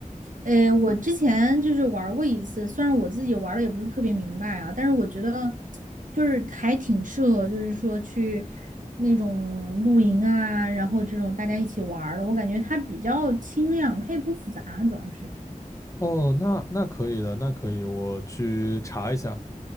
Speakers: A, on the right; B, on the left.
A: 呃，我之前就是玩过一次，虽然我自己玩的也不是特别明白啊，但是我觉得就是还挺适合，就是说去那种露营啊，然后这种大家一起玩儿的，我感觉它比较轻量，它也不复杂，主要是。
B: 哦，那那可以的，那可以，我去查一下，